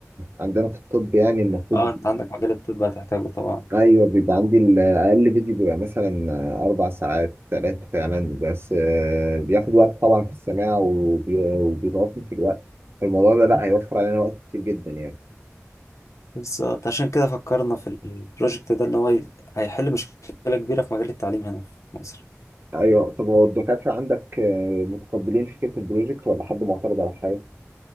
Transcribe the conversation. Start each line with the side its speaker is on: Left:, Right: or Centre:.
Right: عندنا في الطب يعني المفروض
Left: اه انت عندك مجال الطب هتحتاجه طبعا
Right: ايوه بيبقى عندي الاقل فيديو بيبقى مثلا اربع ساعات ثلاثه فعلا بس آه، بياخد وقت طبعا في السماع وبي- وبيضغطني في الوقت فالموضوع ده لا هيوفر علينا وقت كتير جدا يعني
Left: بالظبط عشان كده فكرنا في البروجكت ده ان هو ي- هيحل مشكلة كبيرة في مجال التعليم هنا في مصر
Right: ايوه طب هو الدكاتره عندك آه، متقبلين فكره البروجكت ولا حد معترض على حاجه؟